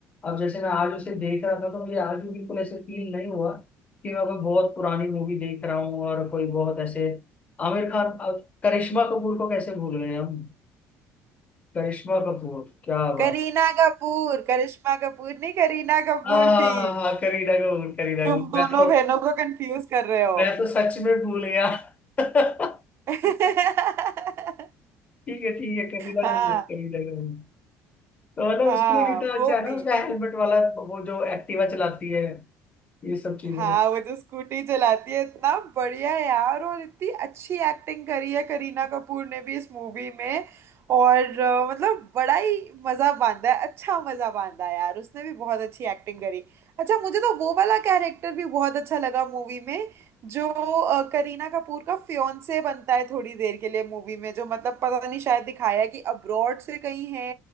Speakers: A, on the left; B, on the right.
A: अब जैसे मैं आज उसे देख रहा था तो मुझे आज भी बिल्कुल ऐसे फील नहीं हुआ कि मैं कोई बहुत पुरानी मूवी देख रहा हूँ और कोई बहुत ऐसे आमिर खान अब करिश्मा कपूर को कैसे भूल गए हम करिश्मा कपूर क्या
B: करीना
A: बात
B: कपूर करिश्मा कपूर नहीं करीना कपूर
A: हाँ हाँ
B: थी
A: हाँ हाँ, हाँ, करीना कपूर करीना
B: तुम
A: कपूर मैं
B: दोनों
A: तो
B: बहनों को कंफ्यूज कर रहे हो
A: मैं तो सच में भूल गया <laughs>
B: <laughs>
A: ठीक है ठीक है करीना
B: हाँ
A: कपूर करीना कपूर तो मतलब
B: हाँ
A: उसमें कितना अच्छा
B: वो
A: है
B: भी
A: ना उसका हेलमेट वाला वो जो एक्टिवा चलाती है ये सब चीजें
B: हाँ वो जो स्कूटी चलाती है इतना बढ़िया है यार और इतनी अच्छी एक्टिंग करी है करीना कपूर ने भी इस मूवी में और अ, मतलब बड़ा ही मजा बांधा है अच्छा मजा बांधा है यार उसने भी बहुत अच्छी एक्टिंग करी अच्छा मुझे तो वो वाला कैरेक्टर भी बहुत अच्छा लगा मूवी में जो अ, करीना कपूर का फियोंसे बनता है थोड़ी देर के लिए मूवी में जो मतलब पता नहीं शायद दिखाया है कि अब्रॉड से कहीं है